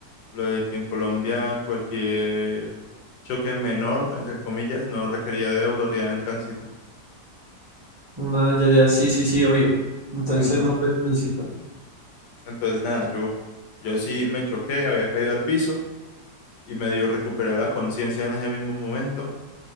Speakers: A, on the left; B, on the right.
A: lo de que en Colombia cualquier choque menor, entre comillas, no requería de autoridad en tránsito.
B: Nada, ya, ya, sí, sí, sí, obvio. Entonces
A: Entonces,
B: no fue tránsito.
A: entonces nada, yo, yo sí me choqué, había caído al piso y medio recuperé la conciencia en ese mismo momento